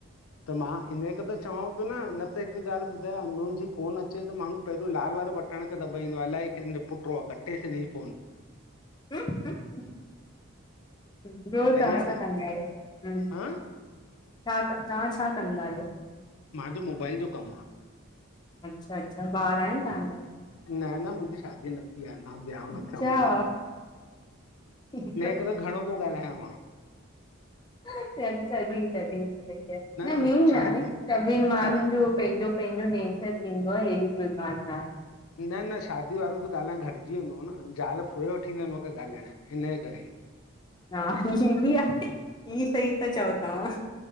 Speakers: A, on the left; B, on the left.
A: त, मां हिनकरे त चवां थो न, त हिकु ॻाल्हि ॿुधायो अननोन जी फोन अचे त माण्हू पहिरियों लाल वारो बटण खे दॿाईंदो आ, अलाए कैं जो पुट्र आ, कटेस हिन जी फोन।
B: हम, हम। <unintelligible> ॿियो,
A: सही
B: तव्हां
A: आहे
B: छा
A: न
B: कंदा आहियो? हम्म,
A: हा
B: तां क, तां छा कंदा आहियो?
A: मांजो मोबाइल जो कमु आ।
B: अच्छा अच्छा, ॿार आहिनि तव्हांजा?
A: न न मुंहिंजी शादी न थी आ अञा। व्हयां न
B: अच्छा
A: थियो मुंहिंजो।
B: ठीकु
A: हिन करे घणो पो ॻाल्हायां मां।
B: अच्छा, तॾहिं तॾहिं सही आ। न
A: त
B: हींअ न
A: शादी
B: आहे, सभिनि माण्हुनि
A: छा
B: जो पंहिंजो पंहिंजो नेचर थींदो आहे। एहिड़ी कोई ॻाल्हि न आहे।
A: न न शादीअ वारन जो ॻाल्हाइणु घटिजी वेंदो आहे न, ज़ाल फुरे वठी वेंदा आहिनि हुनन खे ॻाल्हाइण। हिन करे
B: हा हिअं बि आहे, हिअ सही ता चओ तव्हां